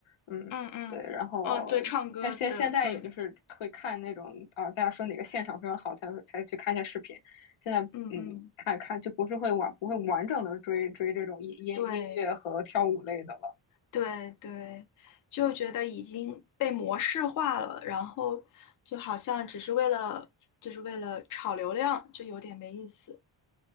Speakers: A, on the left; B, on the left.
A: 嗯，
B: 嗯嗯，
A: 对。然后现现现在也就是会看那种啊，
B: 哦，对，唱歌的，嗯
A: 大家说哪个现场非常好才会才去看一下视频。现在，嗯，
B: 嗯嗯，
A: 看看就不是会完不会完整的追追这种音音音乐和跳舞类的了。
B: 对。对对，就觉得已经被模式化了，然后就好像只是为了，就是为了炒流量，就有点没意思。